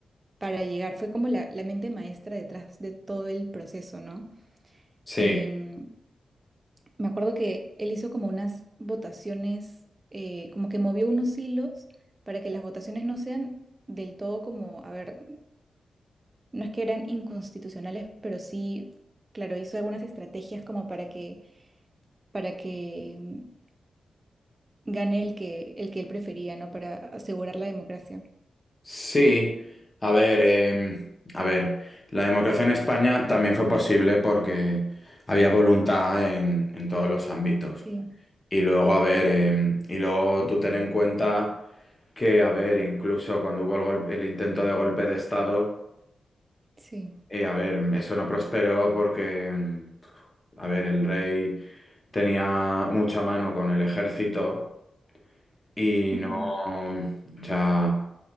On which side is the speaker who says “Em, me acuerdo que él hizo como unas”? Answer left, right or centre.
Right